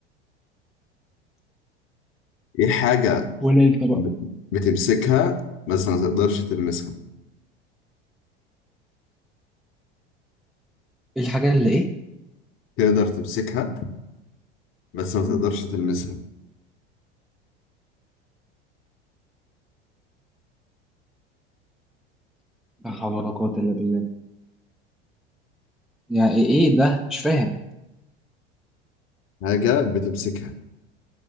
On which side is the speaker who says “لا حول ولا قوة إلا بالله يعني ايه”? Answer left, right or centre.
Centre